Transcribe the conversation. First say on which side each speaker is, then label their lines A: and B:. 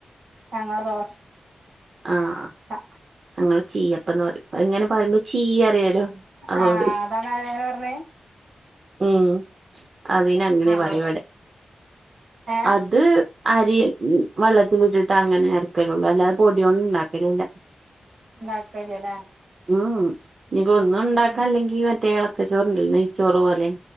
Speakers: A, on the right; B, on the right.
A: ഞങ്ങള ദോശ
B: ആഹ്
A: ആഹ്
B: അങ്ങൾ ചീ അപ്പന്ന് പറയും ഇങ്ങനെ പറയുംപോ ചെയ്യും അറിയല്ലോ അതുകൊണ്ട്
A: ആഹ് അതാണ് അങ്ങനെ പറഞ്ഞേ
B: ഉം അതിനങ്ങനെ
A: ആഹ്
B: പറയും ഇവിടെ
A: ഏഹ്
B: അത് അരി വെള്ളത്തിലിട്ടിട്ട് അങ്ങനെ ഇറക്കലുള്ളു അല്ലാതെ പൊടിയോന്നും ഉണ്ടാക്കലില്ല
A: വാഴത്തൊലി അല്ലേ
B: ഉം ഇനിപ്പൊ ഒന്നും ഉണ്ടാക്കൻ
A: ഉം
B: അല്ലെങ്കി മറ്റേ ഏളക്ക ചോറണ്ടല്ലോ നെയ്യ് ചോറ് പോലെ-